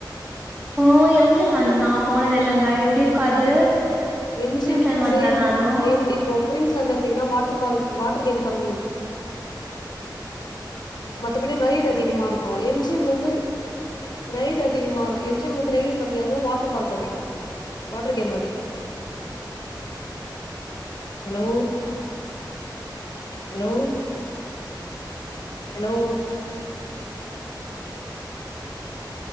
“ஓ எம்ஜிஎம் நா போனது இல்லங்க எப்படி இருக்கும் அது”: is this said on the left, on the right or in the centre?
Right